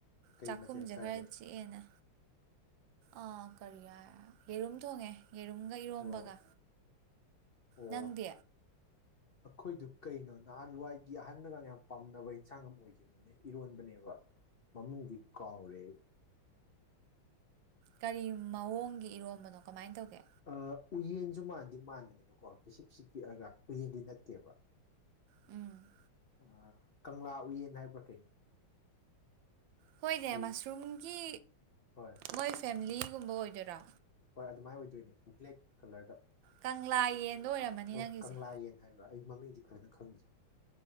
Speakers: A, on the left (about 85°); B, on the right (about 70°).
A: ꯀꯩ
B: ꯆꯥꯛꯈꯨꯝꯖꯦ
A: ꯃꯊꯦꯜ ꯆꯥꯒꯦ
B: ꯈꯔ ꯆꯤꯛꯑꯦꯅ ꯑꯥ ꯀꯔꯤ ꯌꯥꯏ ꯌꯦꯔꯨꯝ ꯊꯣꯡꯉꯦ ꯌꯦꯔꯨꯝꯒ ꯏꯔꯣꯝꯕꯒ
A: ꯑꯣ ꯑꯣ
B: ꯅꯪꯗꯤ
A: ꯑꯩꯈꯣꯏꯗꯨ ꯀꯩꯅꯣ ꯅꯍꯥꯟꯋꯥꯏꯒꯤ ꯑꯍꯟꯅꯒ ꯌꯥꯝ ꯄꯥꯝꯅꯕ ꯏꯟꯁꯥꯡ ꯑꯃ ꯑꯣꯏꯒꯤꯝꯅꯤ ꯢ ꯏꯔꯣꯟꯕꯅꯦꯕ ꯃꯃꯤꯡꯗꯤ ꯀꯥꯎꯔꯦ ꯑꯩ
B: ꯀꯔꯤ ꯃꯑꯣꯡꯒꯤ ꯏꯔꯣꯝꯕꯅꯣ ꯀꯃꯥꯏꯅ ꯇꯧꯒꯦ
A: ꯑꯥ ꯎꯌꯦꯟꯖꯨ ꯃꯥꯟꯗꯤ ꯃꯥꯟꯕꯅꯦꯕꯀꯣ ꯄꯤꯁꯤꯛ ꯄꯤꯁꯤꯛ ꯄꯤꯛꯑꯒ ꯎꯌꯦꯟꯗꯤ ꯅꯠꯇꯦꯕ
B: ꯎꯪ
A: ꯑꯥ ꯀꯪꯂꯥ ꯎꯌꯦꯟ ꯍꯥꯏꯕ꯭ꯔꯥ ꯀꯩꯅꯣ
B: ꯍꯣꯏꯅꯦ
A: ꯑꯩ
B: ꯃꯁꯔꯨꯝꯒꯤ
A: ꯍꯣꯏ
B: ꯃꯣꯏ ꯐꯦꯝꯂꯤꯒꯨꯝꯕ ꯑꯣꯏꯗꯣꯏꯔ
A: ꯍꯣꯏ ꯑꯗꯨꯃꯥꯏ ꯑꯣꯏꯗꯣꯏꯅꯦ ꯕ꯭ꯂꯦꯛ ꯀꯂꯔꯗ
B: ꯀꯪꯂꯥ ꯌꯦꯟꯗꯣ ꯑꯣꯏꯔꯝꯃꯅꯤ
A: ꯑꯣ
B: ꯅꯪꯒꯤꯁꯦ
A: ꯀꯪꯂꯥ ꯌꯦꯟ ꯍꯥꯏꯕ꯭ꯔꯥ ꯑꯩ ꯃꯃꯤꯡꯖꯤ ꯐꯖꯅ ꯈꯪꯗꯦ